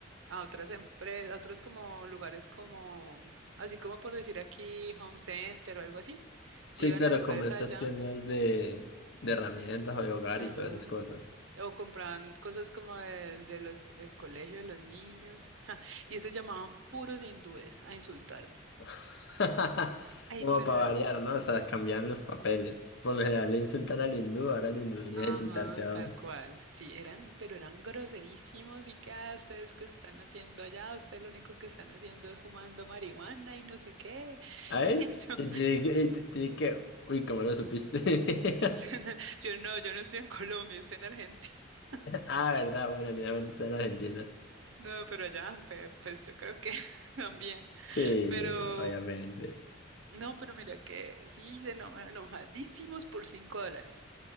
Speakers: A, on the right (about 75°); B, on the left (about 65°).
A: a otras empresas, a otros como lugares como, así como por decir aquí, Home Center o algo así,
B: Sí,
A: iban
B: claro,
A: a lugares
B: como esas
A: allá.
B: tiendas de, de herramientas o de hogar
A: Ajá.
B: y todas esas cosas.
A: O compraban cosas como el del del co- el colegio de los niños. <laughs> y eso llamaban puros hindúes a insultarme.
B: <laughs>
A: Ay,
B: Como
A: pero
B: para
A: eran.
B: variar, ¿no? O sea, cambian los papeles. Por lo general le insultan al hindú, ahora el hindú venía
A: Ajá,
B: a insultarte a
A: tal
B: vos.
A: cual. Sí, eran, pero eran groserísimos y que "Ah, ustedes que están haciendo allá, ustedes lo único que están haciendo es fumando marihuana y no sé qué.
B: ¿Ay?
A: <laughs> Y yo,
B: Y te dije y te- te dije que... Uy, ¿cómo lo supiste? <laughs>
A: <laughs> yo no, yo no estoy en Colombia, estoy en Argentina. <laughs>
B: Ah, verdad, bueno, obviamente está en Argentina.
A: No, pero allá, pe- pues yo creo que <laughs> también.
B: Sí,
A: Pero
B: obviamente.
A: No, pero mira que sí, se eno- enojadísimos por cinco dólares.